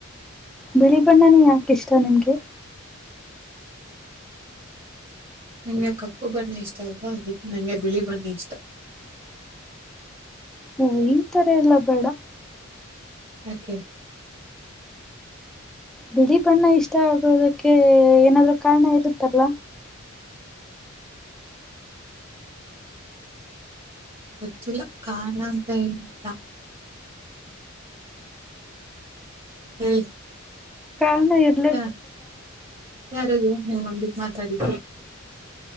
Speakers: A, in the centre; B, on the right.
A: ಬಿಳಿ ಬಣ್ಣನ ಯಾಕೆ ಇಷ್ಟ ನಿಮಗೆ
B: ನಿಮಗೆ ಕಪ್ಪು ಬಣ್ಣ ಇಷ್ಟ ಅಲ್ವಾ ಅದಕ್ಕೆ ನಂಗೆ ಬಿಳಿ ಬಣ್ಣ ಇಷ್ಟ
A: ಓ ಈ ತರ ಎಲ್ಲ ಬೇಡ
B: ಯಾಕೆ
A: ಬಿಳಿ ಬಣ್ಣ ಇಷ್ಟ ಆಗೋದಕ್ಕೆ ಏನಾದರು ಕಾರಣ ಇರುತ್ತಲ್ಲ
B: ಗೊತ್ತಿಲ್ಲ ಕಾರಣಂತ ಏನಿಲ್ಲ ಹೇಳಿ
A: <unintelligible>
B: ಯಾ ಯಾರದು ನಮುಂದಿಗೆ ಮಾತಾಡಿದ್ದು